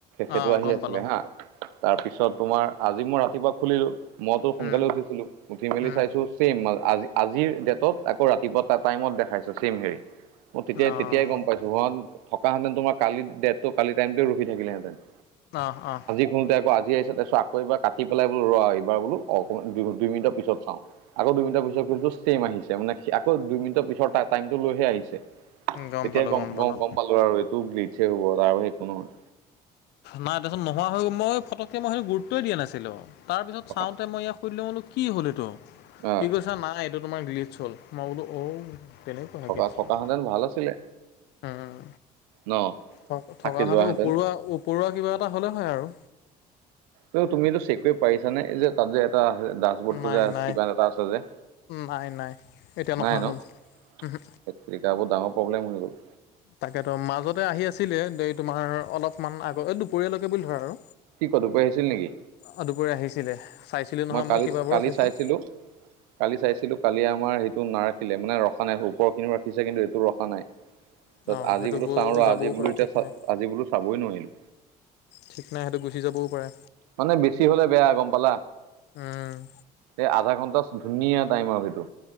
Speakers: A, on the right; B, on the left.
A: সেইটো
B: অহ
A: আহি
B: গম
A: আছিলে
B: পালোঁ
A: হা তাৰপিছত তোমাৰ আজি মই ৰাতিপুৱা খুলিলো। মইতো সোনকালে
B: উম
A: উঠিছিলো উঠি মেলি
B: উম
A: চাইছো চেইম আজি আজিৰ ডেটত আকৌ ৰাতিপুৱা এটা টাইমত দেখাইছো ছেম হেৰি মই তেতিয়াই
B: অহ
A: তেতিয়াই গম পাইছো। ধোন থকাহেঁতেন তোমাৰ কালি ডেটো কালি টাইমটোৱে ৰখি থাকিলোহেতেন।
B: অ', অ'।
A: <unintelligible> আজি আহিছে তাৰপিছত আকৌ এবাৰ কাটি পেলাই বোলো ৰ' এইবাৰ বোলো অকণ দুই মিনটৰ পিছত চাওঁ। আকৌ দুই মিনটৰ পিছতছো ছেম আহিছে মানে আকৌ দুই মিটৰ পিছত টাইমটো লৈহে আহিছে।
B: উম গম
A: তেতিয়াই
B: পালোঁ
A: গম
B: পালোঁ
A: গম পালো আৰু এইটো গ্লিটচ য়ে হ'ব আৰু একো নহয়।
B: নাই তাৰপিছত নোহোৱা হৈল মই ফটকৈ মই সেইটো গুৰুত্বই দিয়া নাছিলো তাৰ পিছত
A: থকা
B: চাওঁতে মই ইয়াক সুধিলে বোল কি হ'ল এইটো
A: আহ
B: সি কৈছে নাই এইটো তোমাৰ গ্লিটছ হ'ল মই বোলো অ' তেনেকুৱা
A: থকা
B: হে কেছ
A: থকাহেঁতেন
B: টো।
A: ভাল আছিলে
B: উম
A: ন
B: থ
A: থাকি
B: থকা হ'লে
A: যোৱাহেঁতেন
B: ওপৰুৱা ওপৰুৱা কিবা এটা হ'লে হয় আৰু।
A: ত' তুমি এইটো চেক কৰিব পাৰিছানে যে তাত যে এটা দাঁ <unintelligible>
B: নাই
A: যে আছে
B: নাই
A: কিবা এটা আছে যে
B: নাই নাই এতিয়া নহা
A: নাই ন
B: হ'ল
A: ধেত
B: উহু,
A: টেৰিকা বৰ ডাঙৰ প্ৰবলেম হৈ গ'ল।
B: তাকে তো মাজতে আহি আছিলে দ তোমাৰ অলপমান আগতে এই দুপৰীয়ালৈকে বুলি ধৰা আৰু
A: কি কোৱা দুপৰীয়া আহিছিল নেকি?
B: অ' দুপৰীয়া আহিছিলে। চাইছিলোঁ নহয়
A: মই কালি
B: কেইবাবাৰো
A: কালি
B: চাইছোঁ
A: চাইছিলোঁ, কালি চাইছিলোঁ। কালি আমাৰ সেইটো নাৰাখিলে মানে ৰখা নাই ওপৰ খিনিও ৰাখিছে কিন্তু এইটো ৰখা নাই। ত'
B: অঁ
A: আজি
B: সেইটো
A: বোলো
B: গৈ
A: চাওঁ ৰ আজি
B: যাবও
A: বোলো
B: পাৰে
A: এতিয়া
B: ঠিক নাই
A: আজি বোলো চাবই নোৱাৰিলো।
B: ঠিক নাই সেইটো গুচি যাবও পাৰে।
A: মানে বেছি হ'লে বেয়া গম পালা।
B: উম,
A: এই আধা ঘণ্টা ধুনীয়া টাইম আৰু সেইটো।